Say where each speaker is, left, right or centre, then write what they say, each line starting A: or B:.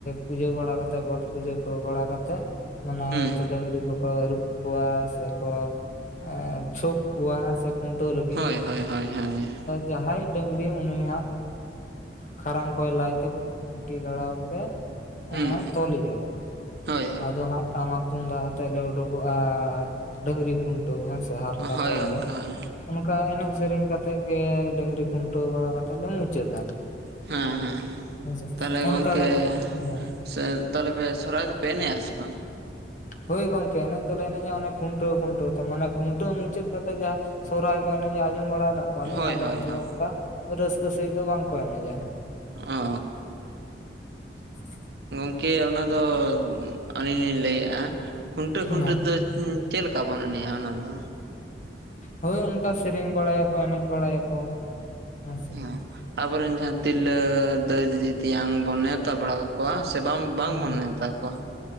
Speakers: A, on the left; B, on the right.
A: ᱯᱩᱡᱟᱹ ᱵᱟᱲᱟ ᱠᱟᱛᱮᱜ ᱜᱚᱴ ᱯᱩᱡᱟᱹ ᱠᱚ ᱵᱟᱲᱟ ᱠᱟᱛᱮᱜ ᱢᱟᱱᱮ
B: ᱦᱩᱸ
A: ᱡᱚᱛᱚ ᱰᱟᱝᱨᱤ ᱠᱚ ᱠᱚ ᱟᱹᱨᱩᱵ ᱠᱚᱣᱟ ᱥᱮ ᱠᱚ ᱮ ᱪᱷᱳᱯ ᱠᱚᱣᱟ ᱦᱮᱸ ᱥᱮ ᱠᱷᱩᱱᱴᱟᱹᱣ ᱞᱟᱹ
B: ᱦᱳᱭ, ᱦᱳᱭ, ᱦᱳᱭ,
A: ᱡᱟᱦᱟᱸᱭ ᱰᱟᱝᱨᱤ ᱩᱱᱤᱭ ᱦᱟᱸᱟ ᱠᱷᱟᱨᱟᱝ ᱠᱚᱭ ᱞᱟᱭ ᱛᱮ ᱠᱷᱩᱴᱤ ᱜᱟᱲᱟᱣ ᱛᱮ ᱦᱟᱸᱜ
B: ᱦᱩᱸ ᱦᱩᱸ
A: ᱮ ᱛᱚᱞᱮᱟᱭ
B: ᱦᱳᱭ
A: ᱟᱫᱚ ᱦᱟᱸᱜ ᱴᱟᱢᱟᱠ ᱛᱩᱢᱫᱟᱜ ᱟᱛᱮᱜ ᱞᱮ ᱩᱰᱩᱠᱚᱜᱼᱟ᱾ ᱰᱟᱹᱝᱨᱤ ᱠᱷᱩᱱᱴᱟᱹᱣ ᱦᱮᱸ ᱥᱮ ᱦᱟᱨᱛᱟ
B: ᱦᱳᱭ
A: ᱠᱚᱣᱟᱛᱮ,
B: ᱜᱚᱝᱠᱮ ᱦᱳᱭ
A: ᱚᱱᱠᱟ ᱮᱱᱮᱡ ᱥᱮᱨᱮᱧ ᱠᱟᱛᱮᱫ ᱜᱮ, ᱰᱟᱹᱝᱨᱤ ᱠᱷᱩᱱᱴᱟᱹᱣ ᱵᱟᱲᱟ ᱠᱟᱛᱮᱫ ᱞᱮ ᱢᱩᱪᱟᱹᱫᱟ᱾
B: ᱦᱮᱸ, ᱦᱮᱸ,
A: ᱦᱮᱸᱥᱮ
B: ᱛᱟᱦᱚᱞᱮ
A: ᱚᱱᱠᱟ
B: ᱜᱚᱝᱠᱮ
A: ᱠᱟᱛᱮᱜ ᱦᱮᱸ
B: ᱥᱮ ᱛᱟᱦᱚᱞᱮ ᱯᱮ ᱥᱚᱨᱦᱟᱭ ᱫᱚᱯᱮ ᱮᱱᱮᱡᱼᱟ ᱥᱮ ᱵᱟᱝ?
A: ᱦᱳᱭ ᱜᱚᱝᱠᱮ, ᱮᱱᱮᱡ ᱫᱚᱞᱮ ᱮᱱᱮᱡᱼᱟ ᱚᱱᱮ ᱠᱷᱩᱱᱴᱟᱹᱣ ᱠᱷᱩᱱᱴᱟᱹᱣ ᱛᱮ, ᱢᱟᱱᱮ ᱠᱷᱩᱱᱴᱟᱹᱣ ᱢᱩᱪᱟᱹᱫ ᱠᱟᱛᱮ ᱡᱟᱦᱟᱸ ᱥᱚᱦᱨᱟᱭ ᱠᱚ ᱮᱱᱮᱡᱼᱟ ᱟᱸᱡᱚᱢ ᱵᱟᱲᱟ ᱟᱠᱟᱫ ᱠᱚᱣᱟᱞᱤᱧ,
B: ᱦᱳᱭ
A: ᱟᱞᱮ
B: ᱦᱳᱭ
A: ᱚᱱᱛᱮ
B: ᱦᱳᱭ
A: ᱫᱚ ᱚᱱᱠᱟ ᱨᱟᱹᱥᱠᱟᱹ ᱥᱟᱺᱦᱤᱡ ᱫᱚ ᱵᱟᱝᱠᱚ ᱮᱱᱮᱡᱟ᱾
B: ᱚ,
A: <inaudible>
B: ᱜᱚᱝᱠᱮ ᱚᱱᱟ ᱫᱚ ᱟᱹᱞᱤᱧ ᱞᱤᱧ ᱞᱟᱹᱭᱮᱫᱼᱟ ᱠᱷᱩᱱᱴᱟᱹᱣ
A: ᱦᱮᱸ
B: ᱠᱷᱩᱱᱴᱟᱹᱣ ᱛᱮ ᱪᱮᱫ ᱞᱮᱠᱟ ᱵᱚᱱ ᱮᱱᱮᱡ-ᱟ ᱚᱱᱟᱫᱚ?
A: ᱦᱳᱭ ᱚᱱᱠᱟ ᱥᱮᱨᱮᱧ ᱵᱟᱲᱟᱭᱟᱠᱚ ᱮᱱᱮᱡ ᱵᱟᱲᱟᱭᱟᱠᱚ᱾ ᱦᱮᱸᱥᱮ
B: ᱦᱮᱸ ᱟᱵᱳᱨᱮᱱ ᱡᱟᱦᱟᱸᱭ ᱛᱤᱞᱞᱟᱹ ᱫᱟᱹᱭ ᱫᱤᱫᱤ ᱛᱮᱭᱟᱝ ᱵᱚᱱ ᱱᱮᱣᱛᱟ ᱵᱟᱲᱟ ᱠᱟ ᱠᱳᱣᱭᱟ, ᱥᱮ ᱵᱟᱝ ᱵᱟᱝ
A: ᱦᱮᱸ
B: ᱵᱚᱱ ᱱᱮᱣᱛᱟ ᱠᱚᱣᱟ᱾